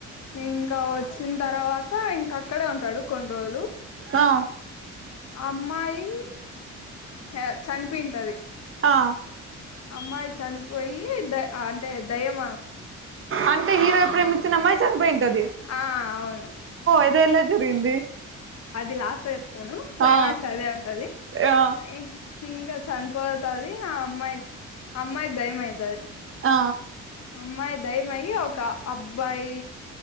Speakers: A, on the left; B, on the right.
A: ఇంకా వచ్చిన తర్వాత ఇంకా అక్కడే ఉంటాడు కొన్ని రోజులు
B: ఆ ఆ
A: అమ్మాయి ఆ చనిపోయింటది
B: ఆ
A: అమ్మాయి చనిపోయి ద అంటే దయ్యమ
B: అంటే హీరో ప్రేమిచ్చిన అమ్మాయి చనిపోయుంటధి
A: ఆ అవును
B: ఇది ఎలా జరిగింది
A: అది లాస్ట్ లో చెప్తాను క్లైమాక్స్
B: ఆ
A: అదే ఉంటది
B: ఆ
A: అ హింగా చనిపోతది ఆ అమ్మాయి అమ్మాయి దయ్యం అయితది
B: ఆ
A: అమ్మాయి దయ్యమయ్యి ఒక అబ్బాయి